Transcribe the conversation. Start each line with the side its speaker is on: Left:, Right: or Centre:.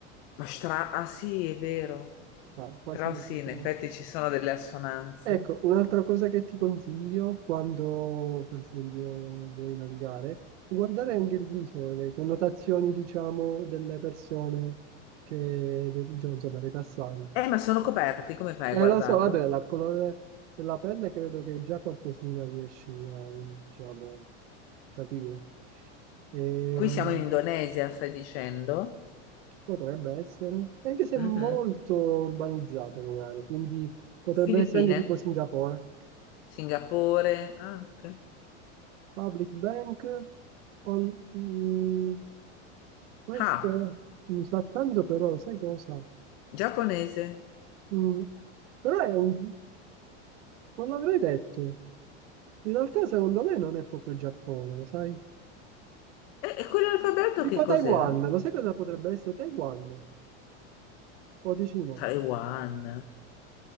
Left: Ma stra... Ah sì, è vero.
Right: qua, qua
Left: Però
Right: siamo
Left: sì,
Right: proprio...
Left: in effetti ci sono delle assonanze.
Right: Ecco, un'altra cosa che ti consiglio quando, per esempio, vuoi navigare, guardare anche il viso, le connotazioni, diciamo, delle persone che, dei- diciamo, dei passanti.
Left: Eh, ma sono coperti, come fai
Right: Eh,
Left: a guardarlo?
Right: lo so, vabbè, dal colore della pelle credo che già qualcosina riesci a, diciamo, capire. Ehm,
Left: Qui siamo in Indonesia, stai dicendo?
Right: potrebbe essere, anche se
Left: Mhm.
Right: molto urbanizzata magari, quindi potrebbe
Left: Filippine,
Right: essere anche tipo Singapore.
Left: Singapore, anche.
Right: Public Bank, on- mm, questo
Left: Ah,
Right: è- mi sa tanto però, sai cosa?
Left: giapponese.
Right: Mm, però è un, non l'avrei detto. In realtà secondo me non è proprio il Giappone, sai?
Left: E, e quell'alfabeto
Right: Tipo
Left: che cos'era?
Right: Taiwan, lo sai cosa potrebbe essere Taiwan? O dici no?
Left: Taiwan.